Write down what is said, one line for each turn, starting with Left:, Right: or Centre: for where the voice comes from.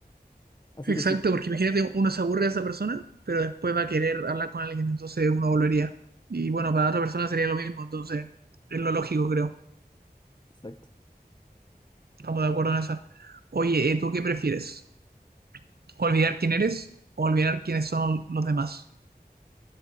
Left: Así
Right: Exacto,
Left: que sí,
Right: porque imagínate, uno se aburre de esa persona, pero después va a querer hablar con alguien, entonces uno volvería. Y bueno, para otra persona sería lo mismo, entonces es lo lógico, creo.
Left: exacto.
Right: Estamos de acuerdo en eso. Oye, eh, ¿tú qué prefieres? ¿Olvidar quién eres o olvidar quiénes son los demás?